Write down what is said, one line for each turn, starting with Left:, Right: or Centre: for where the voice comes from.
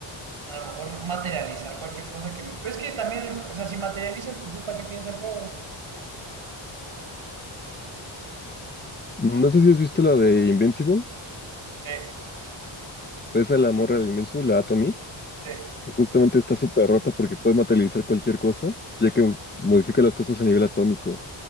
Right: A lo mejor materializar cualquier cosa que me. Pues es que también, o sea, si materializas, pues ¿para qué tienes el fuego?
Left: No sé si has visto la de Invincible,
Right: Sí,
Left: esa a la morra de Invincible, la Atomy,
Right: sí,
Left: que justamente está súper rota porque puede materializar cualquier cosa, ya que modifica las cosas a nivel atómico.